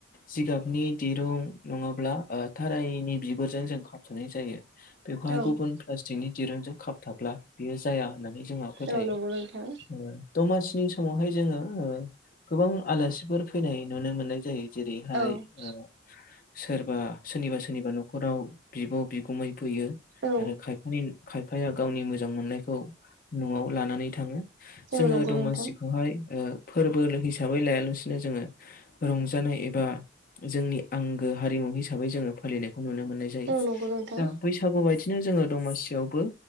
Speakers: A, on the left (about 45°); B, on the right (about 65°).
A: जिगाबनि दिरुं नङाब्ला ओ थारायनि बिगुरजों जों खाबथा'नाय जायो। बेखौहाय
B: औ
A: गुबुन प्लास्टिकनि दिरुंजों खाबथाब्ला बेयो जाया होननानै जोंहा फोथायो।
B: औ नंगौ नोंथां
A: ओ दमासिनि समावहाय जोङो ओ गोबां आलासिफोर फैनाय नुनो मोननाय जायो। जेरैहाय
B: औ
A: ओ सोरबा सोरनिबा सोरनिबा न'खराव बिब' बिगुमै फैयो।
B: औ
A: आरो खायफानि खायफाया गावनि मोजां मोननायखौ न'आव लानानै थाङो। जोङो
B: औ नंगौ
A: दमासिखौहाय
B: नोंथां
A: ओ फोरबोलो हिसाबै लायालासिनो जोङो रंजानाय एबा जोंनि आंगो हारिमु हिसाबै जोङो फालिनो खौ नुनो मोननाय जायो।
B: औ नंगौ नोंथां
A: दा बैसागु बायदिनो जोङो दमासियावबो